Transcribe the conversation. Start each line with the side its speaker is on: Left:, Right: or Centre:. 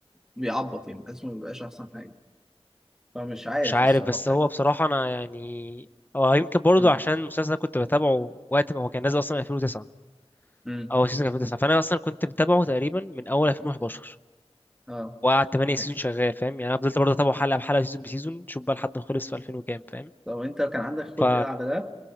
Centre: بيعبط يعني بحسه ما بيبقاش احسن حاجه فمش عارف
Left: مش عارف
Centre: الصراحه
Left: بس هو
Centre: يعني
Left: بصراحة أنا يعني هو يمكن برضه
Centre: امم
Left: عشان المسلسل ده كنت بتابعه وقت ما هو كان نازل أصلا 2009
Centre: امم
Left: أو سيزون 2009 فأنا أصلا كنت متابعه تقريبا من أول 2011
Centre: اه
Left: وقعد 8 سيزون
Centre: يعني.
Left: شغال فاهم يعني أنا فضلت برضه أتابعه حلقة بحلقة سيزون بسيزون شوف بقى لحد ما خلص في 2000 وكام فاهم
Centre: طب انت كان عندك خلق
Left: ف
Centre: ايه على ده